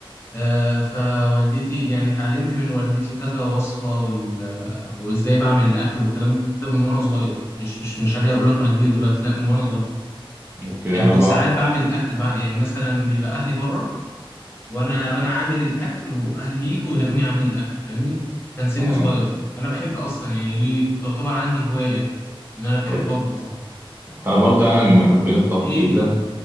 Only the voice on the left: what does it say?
آه، فوالدتي يعني اتعلمت من والدتي كذا وصفة وال... وازاي بعمل الأكل والكلام ده من وأنا صغير مش مش مش حاجة أقول لك وأنا كبير دلوقتي لا من وأنا صغير
يعني
كنت
ساعات بعمل الأكل بقى يعني مثلا بيبقى أهلي بره وأنا
وأنا عامل الأكل وأهلي يجوا يلاقوني عامل الأكل فاهمني كان سني
صغير أنا بحب أصلا يعني دي تعتبر عندي هواية إن أنا بحب
أطبخ
إيه